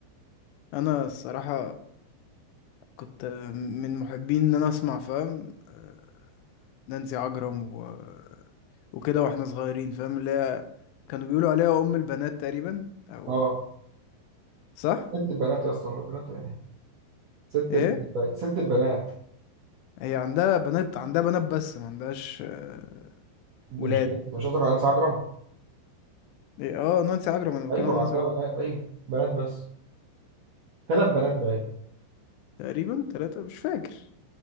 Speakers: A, on the left; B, on the right.
A: انا الصراحه كنت من محبين ان انا اسمع فاهم آه، نانسي عجرم و... وكده واحنا صغيرين فاهم اللي هي كانوا بيقولوا عليها ام البنات تقريبا او
B: اه
A: صح
B: ست البنات يا اسطى أم البنات ايه ست
A: ايه
B: البنات بقى. ست البنات
A: هي عندها بنات عندها بنات بس ما عندهاش آه، ولاد
B: ده مش كده انت مش قصدك على نانسي عجرم
A: إيه؟ اه نانسي عجرم انا بتكلم
B: ايوه
A: عن نانسي
B: عندها
A: عجرم
B: بنات ايوه بنات بس ثلاث بنات بقى
A: تقريبا ثلاثة مش فاكر